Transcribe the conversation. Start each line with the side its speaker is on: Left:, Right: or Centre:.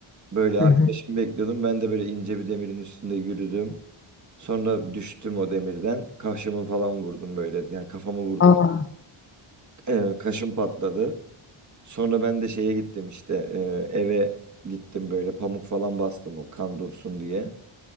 Right: Böyle
Left: Hı
Right: arkadaşımı
Left: hı.
Right: bekliyordum. Ben de böyle ince bir demirin üstünde yürüdüm. Sonra düştüm o demirden. Kaşımı falan vurdum böyle. Yani kafamı vurdum.
Left: Aa.
Right: Ee, kaşım patladı. Sonra ben de şeye gittim işte. e, eve gittim böyle pamuk falan bastım o kan dursun diye.